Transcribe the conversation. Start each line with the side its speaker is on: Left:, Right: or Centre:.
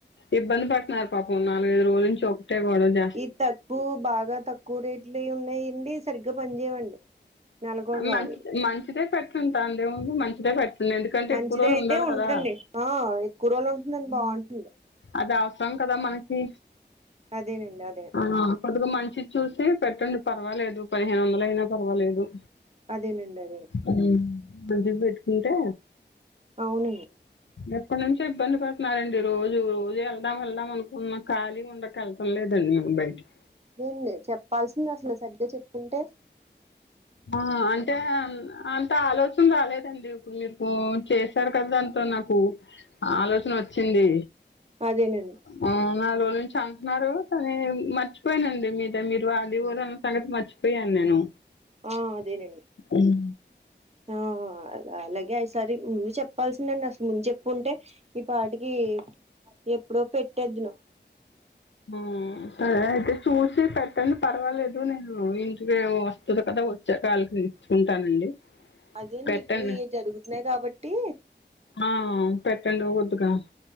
Left: ఇబ్బంది పడుతున్నారు పాపం నాలుగైదు రోజుల నుంచి ఒక ఒకటే గొడవ చేస్
Right: ఈ తక్కువ బాగా తక్కువ రేట్లవి ఉన్నాయండి సరిగ్గా పనిచేయవండి నెల కూడా రావు
Left: మంచి మంచిదే పెట్టుంటా అందే ముంది మంచిదే పెట్టు ఎందుకు అంటే
Right: మంచిది
Left: ఎక్కువ రోజులు
Right: అయితే
Left: ఉండాలి
Right: ఉంటదండి
Left: కదా
Right: ఆ ఎక్కువ రోజులు ఉంటుందండి బాగుంటుంది
Left: అది అవసరం కదా మనకి
Right: అదేనండి అదేండి
Left: ఆ కొద్దిగా మంచిది చూసి పెట్టండి పర్వాలేదు పదిహేను వందలు అయినా పర్వాలేదు
Right: అదేనండి అదే
Left: ఆ మంచిది పెట్టుకుంటే
Right: అవునండి
Left: ఎప్పటి నుంచో ఇబ్బంది పడుతున్నారండి రోజు ఉదయం వెళ్దాం వెళ్దాం అనుకున్న కాళీ ఉండక ఎల్ టమ్ లేదండి బయటకి
Right: ఏంది చెప్పాలిసింది అసలు సరిగ్గా చెప్పింటే
Left: ఆ అన్ అంటే అంత ఆలోచన రాలేదండి ఇప్పుడు మీకు చేసారు కదా దంతో నాకు ఆలోచన వచ్చింది
Right: అదేనండి
Left: ఆ నాలుగు రోజుల నుంచి అంటున్నారు కానీ మర్చిపోయినండి మీద మీరు ఆది ఊన్నరు అన్న సంగతి మర్చిపోయ పోయాను నేను
Right: ఆ అదేనండి
Left: ఉమ్.
Right: ఆ ఆ అలాగే ఈ సారి ముందు చెప్పాల్సిందండి అసలు ముందు చెప్పుంటే ఈ పాటికి ఎప్పుడో పెట్టెద్దును.
Left: ఆ, సరే అయితే చూసి పెట్టండి పర్వాలేదు నేను ఇంటికే వస్తున్న కదా వ చ్చాక ఆళ్ళకు నేను ఇచ్చుకుంటానండి.
Right: అదేన్ని
Left: పెట్టండి
Right: ఇప్పుడు ఇయి జరుగుతున్నాయి కాబట్టి
Left: ఆ పెట్టండి వద్దుగా